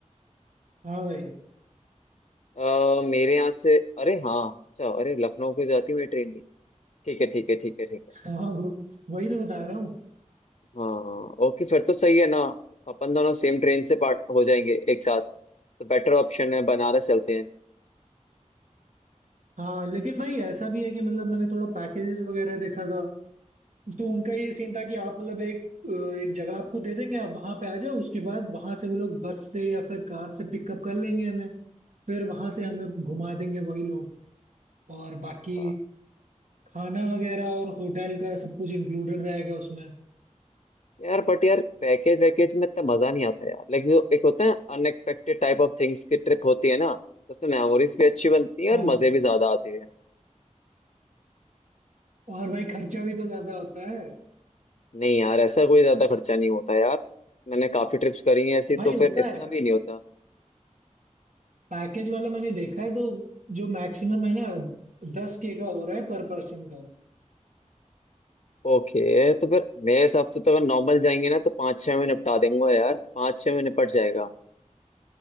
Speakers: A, on the right (about 70°); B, on the left (about 60°).
A: हाँ भाई
B: अ, मेरे यहाँ से अरे हाँ अच्छा अरे लखनऊ को जाती है मेरी ट्रेन भी ठीक है ठीक है ठीक है ठीक है
A: हाँ वो- वही तो बता रहा हूँ
B: हाँ ओके फिर तो सही है ना अपन दोनों सेम ट्रेन से पार्ट हो जाएंगे एक साथ तो बेटर ऑप्शन है बनारस चलते हैं
A: हाँ लेकिन भाई ऐसा भी है कि मतलब मैंने थोड़ा पैकेजेस वगैरह देखा था तो उनका ये सीन था कि आप मतलब एक अ, एक जगह आपको दे देंगे आप वहां पे आ जाओ उसके बाद वहां से वो लोग बस से या फिर कार से पिकअप कर लेंगे हमें फिर वहां से हमें घुमा देंगे वही लोग और बाकी
B: अ,
A: खाना वगैरह और होटल का सब कुछ इंक्लूडेड रहेगा उसमें
B: यार बट यार पैकेज वैकेज में इतना मजा नहीं आता यार लाइक जो एक होता है अनएक्सपेक्टेड टाइप ऑफ थिंग्स की ट्रिप होती है ना तो उसमें मेमोरीज भी अच्छी बनती है और
A: हाँ
B: मजे भी ज्यादा आते हैं
A: और भाई खर्चा भी तो ज्यादा होता है
B: नहीं यार ऐसा कोई ज्यादा खर्चा नहीं होता यार मैंने काफी ट्रिप्स करी हैं ऐसी
A: भाई
B: तो
A: होता
B: फिर इतना
A: है
B: भी नहीं होता
A: पैकेज वाला मैंने देखा है तो जो मैक्सिमम है ना दस के का हो रहा है पर पर्सन का
B: ओके तो फिर मेरे हिसाब से तो अगर नॉर्मल जाएंगे ना तो पाँच छः में निपटा देंगे यार पाँच छः में निपट जाएगा